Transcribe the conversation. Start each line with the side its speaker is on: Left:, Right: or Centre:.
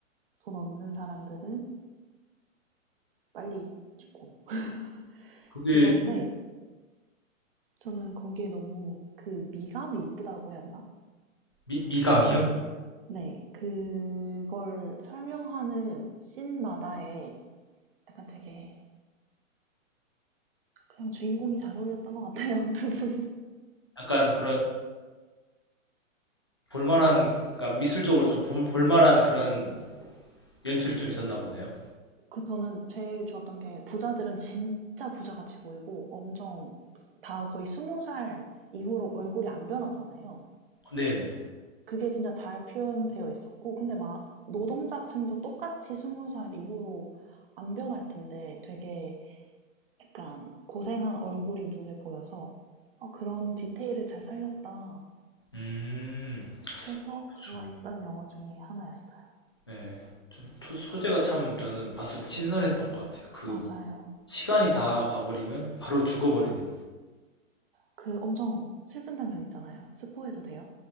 Right: 돈 없는 사람들은 빨리 죽고 <laughs>
Left: 그게
Right: 그건데 저는 거기에 너무 그 미감이 이쁘다고 해야 되나?
Left: 미, 미감이요?
Right: 네, 그걸 설명하는 씬마다에 약간 되게 그냥 주인공이 잘 어울렸던 것 같아요, <laughs> 두 분.
Left: 약간 그런 볼만한, 그러니까 미술적으로 좀 볼- 볼만한 그런 연출이 좀 있었나 보네요.
Right: 그 저는 제일 좋았던 게 부자들은 진짜 부자같이 보이고 엄청 다 거의 스무 살 이후로 얼굴이 안 변하잖아요.
Left: 네네.
Right: 그게 진짜 잘 표현되어 있었고, 근데 막 노동자층도 똑같이 스무 살 이후로 안 변할 텐데 되게 약간 고생한 얼굴이 눈에 보여서 어, 그런 디테일을 잘 살렸다
Left: 음,
Right: 해서
Left: 그쵸.
Right: 좋아했던 영화 중에 하나였어요.
Left: 네. 좀 소- 소재가 참 저는 봤을 때 신선했던 것 같아요. 그
Right: 맞아요.
Left: 시간이 다 가버리면 바로 죽어버리는.
Right: 그 엄청 슬픈 장면 있잖아요. 스포해도 돼요?